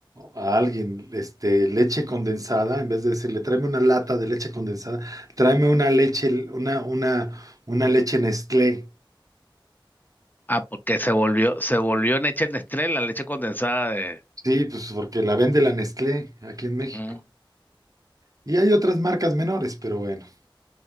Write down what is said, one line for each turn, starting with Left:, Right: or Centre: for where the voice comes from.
Right: a alguien este, leche condensada, en vez de decirle tráeme una lata de leche condensada, tráeme una leche, una, una, una leche Nestlé.
Left: Ah, porque se volvió, se volvió leche Nestlé, la leche condensada de.
Right: Sí, pues porque la vende la Nestlé aquí en México.
Left: Mm.
Right: Y hay otras marcas menores, pero bueno.